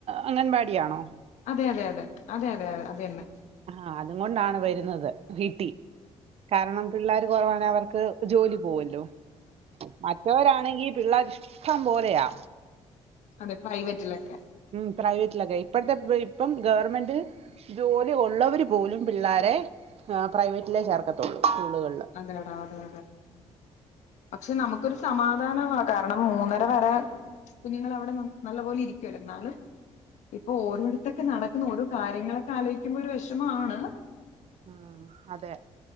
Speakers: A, on the right; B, on the left.
A: അംഗൻവാടിയാണോ
B: അതെ അതെ അതെ അതെ അതെ അതെ അതെന്നെ
A: ആഹ് അതുകൊണ്ടാണ് വരുന്നത് വീട്ടിൽ കാരണം പിള്ളേർ കുറവാണെ അവർക്ക് ജോലി പോവ്വോല്ലോ മറ്റവരാണെങ്കിൽ പിള്ളേർ ഇഷ്ടം പോലെയാ
B: അതെ പ്രൈവറ്റിലൊക്കെ
A: ഉം പ്രൈവറ്റിലൊക്കെ ഇപ്പഴത്തെ ഇപ്പം ഗവർമെന്റ് ജോലി ഉള്ളവരു പോലും പിള്ളാരെ പ്രൈവറ്റിലേ ചേർക്കത്തുള്ളൂ സ്കൂളുകളിൽ
B: അങ്ങനെടാ അതെ അതെ പക്ഷെ നമുക്കൊരു സമാധാനമാ കാരണം മൂന്നര വരെ കുഞ്ഞുങ്ങൾ അവിടെ നല്ല പോലെ ഇരിക്കുവല്ലോ ന്നാലും ഇപ്പൊ ഓരോടത്തൊക്കെ നടക്കുന്ന ഓരോ കാര്യങ്ങളൊക്കെ ആലോയ്ക്കുമ്പോരു വെഷമാണ്
A: ഉം അതെ